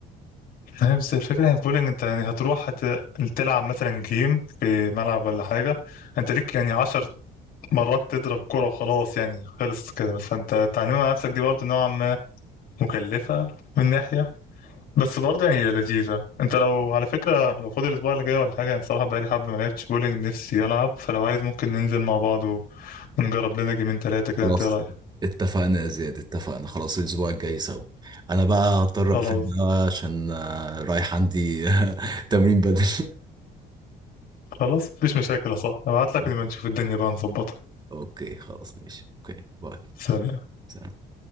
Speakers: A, on the left (about 60°); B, on the right (about 25°).
A: هي بس الفكره هي في بولينج انت يعني هتروح هت... تلعب مثلا جيم في ملعب ولا حاجه انت ليك يعني عشر مرات تضرب الكوره وخلاص يعني خلص كده بس انت تعلمها على نفسك دي برضه نوعا ما مكلفه من ناحيه بس برضه يعني هي لذيذة انت لو على فكرة لو فاضي الأسبوع اللي جاي ولا حاجة يعني صراحة بقالي حبة ما لعبتش بولينج نفسي ألعب فلو عايز ممكن ننزل مع بعض ونجرب لنا جيمين تلاتة كده
B: خلاص
A: انت ايه رأيك
B: اتفقنا يا زياد اتفقنا خلاص الاسبوع الجاي سوا انا بقى هضطر
A: خلاص
B: اقفل بقى عشان آه، رايح عندي <laughs> تمرين بدل
A: خلاص مفيش مشاكل يا صاحبي ابعت لك
B: <laughs>
A: نبقى نشوف الدنيا بقى نظبطها
B: اوكي خلاص ماشي اوكي باي
A: سلام
B: سلام.